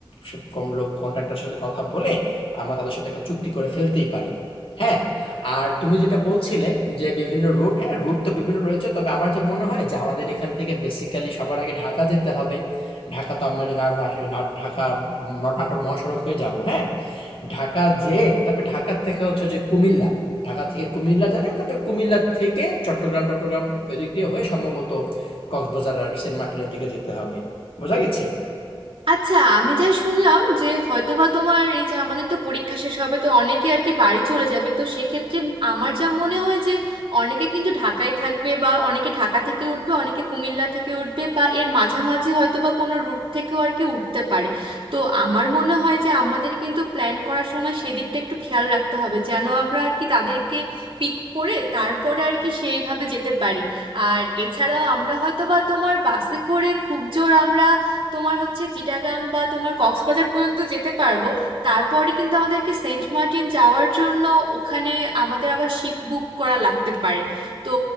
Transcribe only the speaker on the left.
সব কম লোক কন্ট্রাক্টরের সাথে কথা বলে আমরা তাদের সাথে একটা চুক্তি করে ফেলতেই পারি হ্যাঁ, আর তুমি যেটা বলছিলে যে বিভিন্ন রুট, হ্যাঁ রুট তো বিভিন্ন রয়েছে। তবে আমার যা মনে হয় যে আমাদের এখান থেকে বেসিক্যালি সবার আগে ঢাকা যেতে হবে। ঢাকা তো আমরা যে না না- না- ঢাকা উম, নাটোর মহাসড়ক হয়ে যাব। হ্যাঁ, ঢাকা যেয়ে তারপরে ঢাকা থেকে হচ্ছে যে কুমিল্লা, ঢাকা থেকে কুমিল্লা যাবে। তারপরে কুমিল্লা থেকে চট্টগ্রাম চট্টগ্রাম ওই দিক দিয়ে হয়ে সম্ভবত কক্সবাজার আর সেন্ট মার্টিনের দিকে যেতে হবে। বোঝা গেছে?